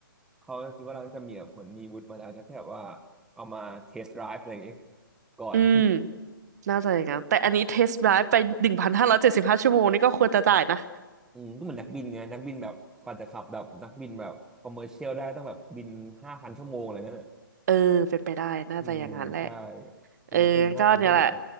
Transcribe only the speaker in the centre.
เขาคิดว่าเราจะมีแบบเหมือนมีวุฒิมาแล้วจะแค่แบบว่าเอามาเทส t d ไดรฟ์อะไรอย่างงี้ก่อน
<laughs> อืมก็เหมือนนักบินไงนักบินแบบกว่าจะขับแบบนักบินแบบคอมเมอร์เชียลได้ต้องแบบบินห้าพันชั่วโมงอะไรเงี้ย
อืมใช่เป็นนักบินห้าพันชั่วโมง